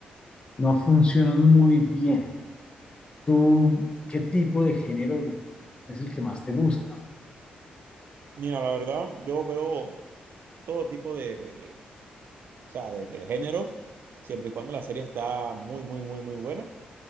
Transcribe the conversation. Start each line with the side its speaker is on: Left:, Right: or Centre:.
Left: no funcionan muy bien. ¿Tú qué tipo de género es el que más te gusta?
Right: Mira, la verdad, yo veo todo tipo de, de- de- o sea, de, de géneros, siempre y cuando la serie está muy, muy, muy, muy buena.